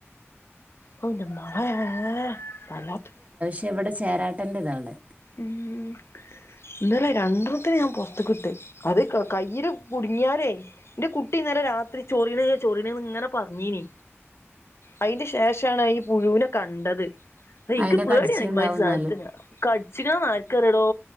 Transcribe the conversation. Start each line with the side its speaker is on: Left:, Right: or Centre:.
Left: ഹോ ന്റെ മാളെ ബല്ലാത്ത
Right: പക്ഷേ ഇവിടെ ചേരാട്ടൻ്റെതാണ്
Left: ഉം ഇന്നലെ രണ്ടെണ്ണത്തിന് ഞാൻ പുറത്ത്ക്ക് ഇട്ട് അത് കയ്യിൽ കുടുങ്ങിയാലേ എന്റെ കുട്ടി ഇന്നലെ രാത്രി ചൊറീണ് ചൊറീണ് ഇങ്ങനെ പറഞ്ഞീന്
Right: <inaudible>
Left: അതിന്റെ ശേഷമാണ് ഈ പുഴുവിനെ കണ്ടത് ആ
Right: അയിനെ
Left: ഇനിക്ക് പേടിയാണ്
Right: കടിച്ചിട്ടുണ്ടാവും
Left: ഇമ്മാതിരി
Right: എന്നാല്
Left: സാധനത്തിനെ കടിച്ചിക മാറിക്കറടോ